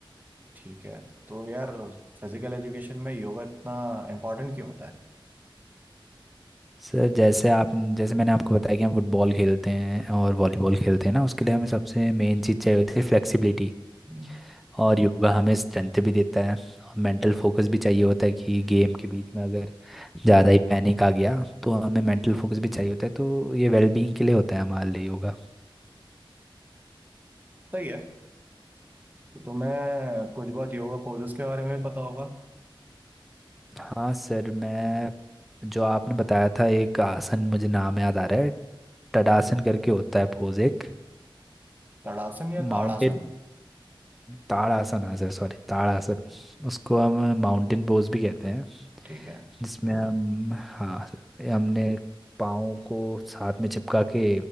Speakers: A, on the right; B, in the centre.
A: ठीक है तो यार फिजिकल एजुकेशन में योगा इतना इम्पोर्टेंट क्यों होता है
B: सर जैसे आप जैसे मैंने आपको बताया कि हम फुटबॉल खेलते हैं और वॉलीबॉल खेलते हैं ना उसके लिए हमें सबसे मेन चीज़ चाहिए होती है फ्लेक्सिबिलिटी
A: हम्म।
B: और योगा हमें स्ट्रेंथ भी देता है और मेंटल फोकस भी चाहिए होता है कि गेम के बीच में अगर ज़्यादा ही पैनिक आ गया तो हमें मेंटल फोकस भी चाहिए होता है तो ये वेलबींग के लिए होता है हमारे लिए योगा
A: सही है तो तुम्हें कुछ बहुत योगा पोजेस के बारे में भी पता होगा
B: हाँ सर मैं जो आपने बताया था एक आसन मुझे नाम याद आ रहा है टडासन करके होता है पोज एक
A: तड़ासन या
B: माउंटेन
A: ताड़ासन
B: ताड़ासन आसन सॉरी ताड़ासन उसको हम माउंटेन पोज भी कहते हैं
A: ठीक है
B: जिसमें हम हाँ सर, हमने पाँव को साथ में चिपका के